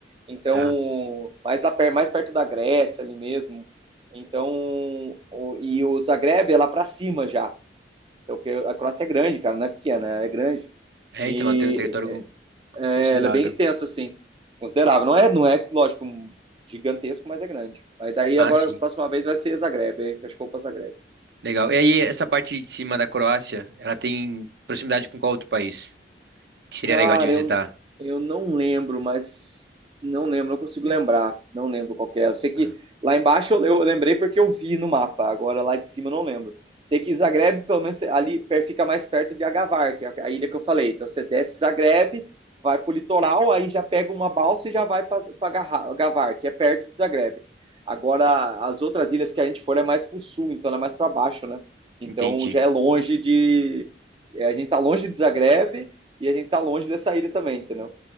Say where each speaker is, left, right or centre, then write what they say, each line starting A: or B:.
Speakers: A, on the right; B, on the right.
A: Então,
B: Tá.
A: mais, lá, per- mais perto da Grécia ali mesmo. Então, o- e o Zagreb é lá para cima já. Então, porque a Croácia é grande, cara, não é pequena, ela é grande.
B: É,
A: E
B: então, ela tem um território
A: é,
B: considerável.
A: ela é bem extensa assim, considerável. Não é, não é, lógico, um gigantesco, mas é grande. Aí daí
B: Ah,
A: agora,
B: sim.
A: a próxima vez vai ser Zagreb. Aí acho que eu vou para Zagreb.
B: Legal. E aí, essa parte de cima da Croácia, ela tem proximidade com qual outro país? Que seria
A: Cara,
B: legal de visitar?
A: eu, eu não lembro, mas não lembro, não consigo lembrar. Não lembro qual que é. Eu sei que
B: Ah,
A: lá embaixo eu, eu lembrei porque eu vi no mapa, agora lá de cima eu não lembro. Sei que Zagreb, pelo menos ali per- fica mais perto de Agavar, que é a ilha que eu falei. Então você desce Zagreb, vai pro litoral, aí já pega uma balsa e já vai para Agavar, que é perto de Zagreb. Agora, as outras ilhas que a gente for é mais pro sul, então ela é mais para baixo, né? Então
B: entendi.
A: já é longe de. É, A gente tá longe de Zagreb e a gente tá longe dessa ilha também, entendeu?